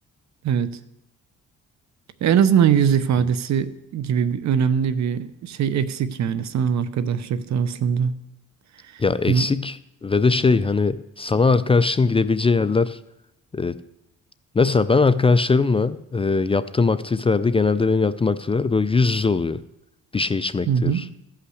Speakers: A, on the right; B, on the left.
A: evet. En azından yüz ifadesi
B: Hı.
A: gibi bir önemli bir şey eksik yani sanal arkadaşlıkta aslında.
B: Ya eksik
A: Hı
B: ve de şey hani sana arkadaşın gidebileceği yerler e, mesela ben arkadaşlarımla e, yaptığım aktivitelerde genelde benim yaptığım aktiviteler böyle yüz yüze oluyor. Bir şey içmektir,
A: hı.